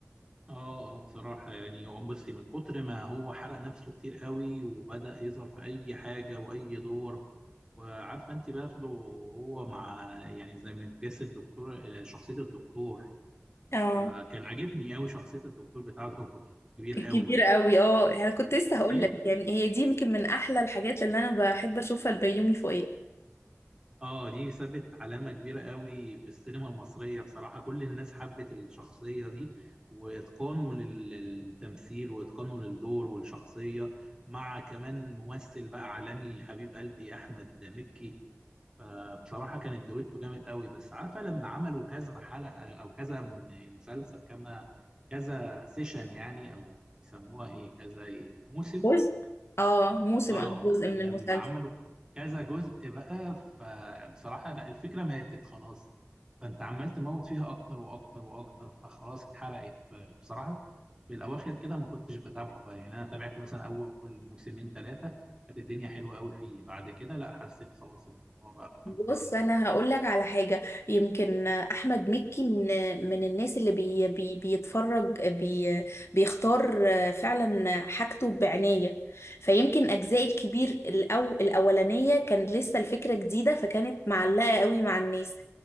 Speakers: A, on the right (about 15°); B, on the left (about 65°).
A: اه اه بصراحة يعني هو بصي من كتر ما هو حرق نفسه كتير قوي وبدأ يظهر في أي حاجة وأي دور وعارفة أنت برضه هو مع يعني زي ما جسد الدكتور آه، شخصية الدكتور
B: اه
A: فكان عاجبني قوي شخصية الدكتور بتاعته هو كبير
B: كبير
A: قوي
B: قوي اه انا كنت لسه هقول
A: في
B: لك يعني هي دي يمكن من احلى الحاجات اللي انا بحب اشوفها البيومي فوقيه
A: اه دي سابت علامة كبيرة قوي في السينما المصرية بصراحة كل الناس حبت الشخصية دي واتقانه لل- للتمثيل واتقانه للدور والشخصية مع كمان ممثل بقى عالمي حبيب قلبي احمد مكي فبصراحة كانت دويتو جامد قوي بس عارفة لما عملوا كذا حلقة او كذا م- مسلسل كما كذا سيشن يعني او يسموها ايه كذا ايه موسم
B: بص اه موسم
A: اه
B: او جزء من
A: لما
B: المسلسل
A: عملوا كذا جزء بقى فبصراحة لا الفكرة ماتت خلاص فانت عمال تموت فيها اكتر واكتر واكتر فخلاص اتحرقت فبصراحة في الاواخر كده ما كنتش بتابعه بقى يعني انا تابعت مثلا اول موسمين ثلاثة كانت الدنيا حلوة قوي فيه بعد كده لا حسيت خلاص الموضوع بقى ممل
B: بص انا
A: يعني
B: هقول لك على حاجه يمكن احمد مكي من من الناس اللي بي بي بيتفرج بي بيختار فعلا حاجته بعنايه فيمكن اجزاء الكبير الأو الاولانيه كان لسه الفكره جديده فكانت معلقه قوي مع الناس